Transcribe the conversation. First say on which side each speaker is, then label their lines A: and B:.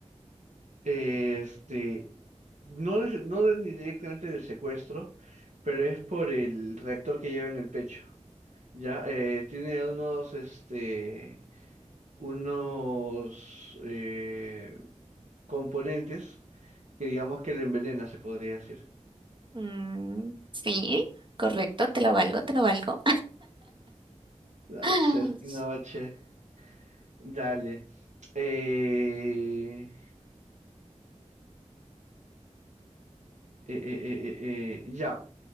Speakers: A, on the right; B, on the right.
A: Este, no, es- no de- ni directamente del secuestro, pero es por el reactor que lleva en el pecho. Ya, eh, tiene unos, este, unos eh, componentes que digamos que lo envenena, se podría decir.
B: Mm, sí, correcto, te lo valgo, te lo valgo.
A: Hacer
B: <gasps>
A: Innovache,
B: <laughs>
A: dale. Eh, eh, eh, eh, eh, eh, ya,